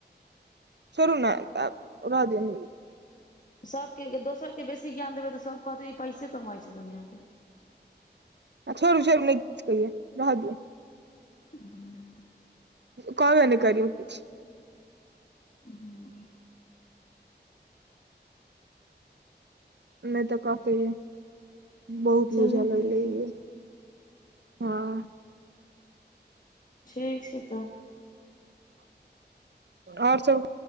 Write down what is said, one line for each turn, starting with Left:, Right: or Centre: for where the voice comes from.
Right: छोरु नय अ रहय दियउ
Left: सबके दोसरके बेसी ज्ञान देबै तऽ सब कहतै ई पैसे कमाइ छै दुनिआँके
Right: आ छोड़ू छोरू नय किछ कहिय रहऽ दियउ
Left: हूँ
Right: कहबे नय करियउ किछ
Left: हँ
Right: नय तऽ कहते है बहुत
Left: चलू
Right: बुझा लगलै
Left: देखियौ
Right: ये हँ
Left: ठीक छै तऽ
Right: आओर सब